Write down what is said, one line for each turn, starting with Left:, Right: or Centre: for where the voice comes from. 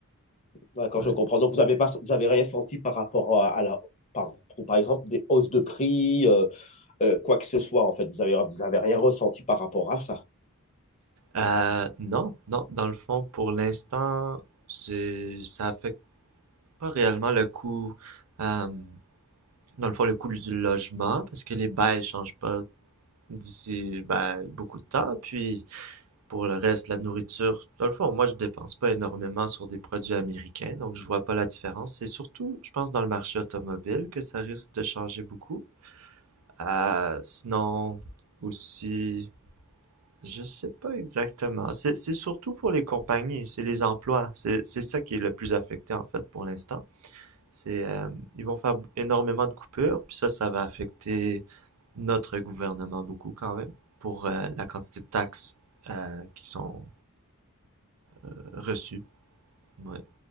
Left: D'accord,
Right: Ouais.
Left: je comprends. Donc, vous avez pas, vous avez rien senti par rapport à, à la, par, pour- par exemple, des hausses de prix, euh, euh, quoi que ce soit, en fait. Vous avez, vous avez rien ressenti par rapport à ça.
Right: Euh, non, non, dans le fond, pour l'instant, c'est, ça affecte pas réellement le coût, euh, dans le fond, le coût du logement, parce que les bails changent pas d'ici, ben, beaucoup de temps. Puis Pour le reste, la nourriture, dans le fond, moi, je dépense pas énormément sur des produits américains, donc je vois pas la différence. C'est surtout, je pense, dans le marché automobile que ça risque de changer beaucoup. Euh, sinon, aussi, je sais pas exactement. C'est, c'est surtout pour les compagnies, c'est les emplois. C'est, c'est ça qui est le plus affecté, en fait, pour l'instant. C'est, euh, ils vont faire énormément de coupures, puis ça, ça va affecter notre gouvernement beaucoup quand même pour euh, la quantité de taxes euh, qui sont euh, reçues Ouais.